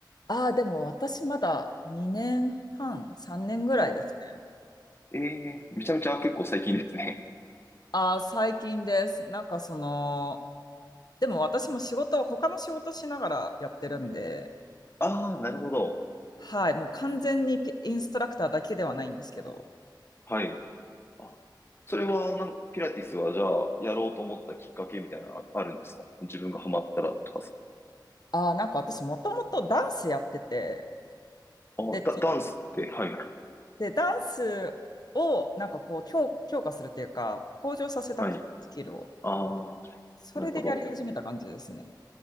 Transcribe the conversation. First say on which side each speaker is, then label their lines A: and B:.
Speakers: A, on the left; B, on the left.
A: ああ、でも私まだ2年半、3年ぐらいですね。
B: あ、ええーめちゃめちゃ結構最近ですね。
A: ああ、最近です。なんかその、でも私も仕事、他の仕事しながらやってるんで、
B: <laughs> ああ、なるほど。
A: はい、もう完全にピインストラクターだけではないんですけど、
B: はい。あ、それはなんか、ピラティスはじゃあ、やろうと思ったきっかけみたいなのああるんですか自分がハマったらとかさ。
A: ああ、なんか私もともとダンスやってて、
B: あ、
A: で、
B: ダ、ダンスって、はい、
A: で、ダンスをなんかこう強、強化するっていうか、向上させたくて、
B: はい。
A: スキルを。
B: ああ、
A: それでやり始めた感じですね。
B: なるほど。